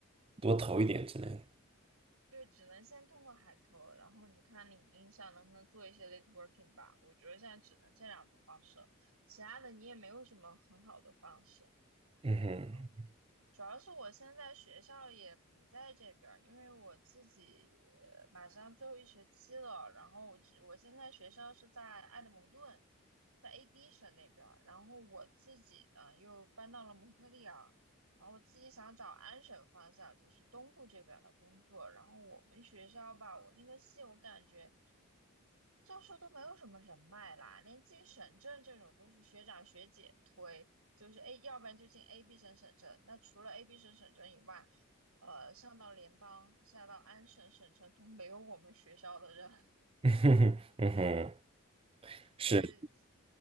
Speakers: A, on the right (about 25°); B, on the right (about 90°).
A: 多投一点之类的。
B: 就只能先通过海投，然后你看领英上能不能做一些 late working 吧。我觉得现在只能这两种方式，其他的你也没有什么很好的方式。
A: 嗯哼，
B: 嗯，主要是我现在学校也不在这边儿，因为我自己呃马上最后一学期了，然后我只我现在学校是在埃德蒙顿，在 AB 省那边儿，然后我自己呢又搬到了蒙特利尔，然后我自己想找安省方向，就是东部这边的工作，然后我们学校吧，我那个系我感觉。教授都没有什么人脉啦，连进省政这种都是学长学姐推，就是 A，要不然就进 A、B 省省政。那除了 A、B 省省政以外，呃，上到联邦，下到安省省城都没有我们学校的人。
A: <laughs> 嗯哼，嗯哼，
B: <laughs>
A: 是，
B: 对，